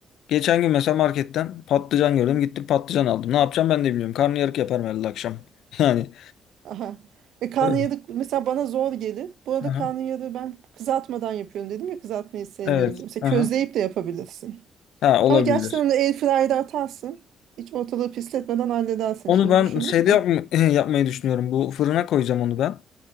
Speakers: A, on the left (about 75°); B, on the right (about 75°).
A: geçen gün mesela marketten patlıcan gördüm. Gittim patlıcan aldım. Ne yapacağım ben de bilmiyorum. Karnıyarık yaparım herhalde akşam. <laughs> Yani
B: Aha. E karnıyarık
A: öyle.
B: mesela bana zor gelir. Bu arada
A: Aha.
B: karnıyarığı ben kızartmadan yapıyorum dedim ya kızartmayı sevmiyorum
A: Evet.
B: dedim. Mesela
A: Aha.
B: közleyip de yapabilirsin.
A: Ha olabilir.
B: Ama gerçi sen onu air atarsın. Hiç ortalığı pisletmeden halledersin
A: Onu
B: şimdi
A: ben
B: düşündüm
A: şeyde
B: de.
A: yap <clears throat> <laughs> yapmayı düşünüyorum. Bu fırına koyacağım onu ben.